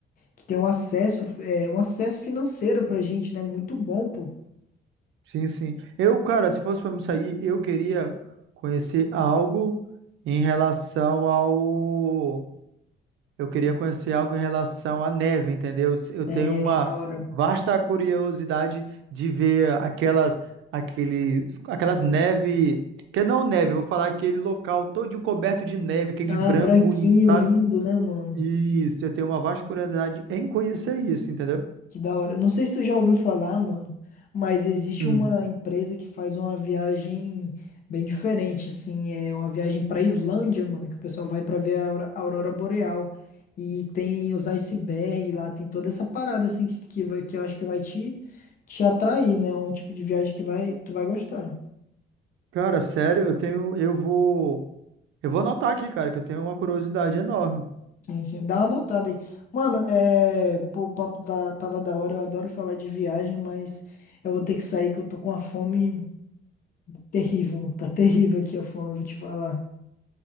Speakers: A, on the left (about 45°); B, on the right (about 75°).
A: que têm um acesso, é, um acesso financeiro pra gente, né? Muito bom, pô.
B: Sim, sim. Eu, cara, se fosse pra me sair, eu queria conhecer algo em relação ao Eu queria conhecer algo em relação à neve, entendeu? Eu tenho
A: Neve,
B: uma
A: da hora.
B: vasta curiosidade de ver aquelas, aqueles, aquelas neve, que não neve, eu vou falar aquele local todinho coberto de neve, aquele
A: Ah,
B: branco
A: branquinho,
B: bonito, sabe?
A: lindo, né, mano?
B: Isso, eu tenho uma vasta curiosidade em conhecer isso, entendeu?
A: Que da hora. Não sei se tu já ouviu falar, mano, mas existe
B: Hum.
A: uma empresa que faz uma viagem bem diferente, assim, é uma viagem pra Islândia, mano, que o pessoal vai pra ver a aura- a aurora boreal e tem os icebergs lá, tem toda essa parada assim que que, vai- que eu acho que vai te te atrair, né? Um tipo de viagem que vai que tu vai gostar.
B: Cara, sério, eu tenho, eu vou, eu vou anotar aqui, cara, que eu tenho uma curiosidade enorme.
A: Sim, sim. Dá uma anotada aí. Mano, é, pô, o papo da- tava da hora, eu adoro falar de viagem, mas eu vou ter que sair que eu tô com uma fome Terrível, tá terrível aqui a fome, eu vou te falar.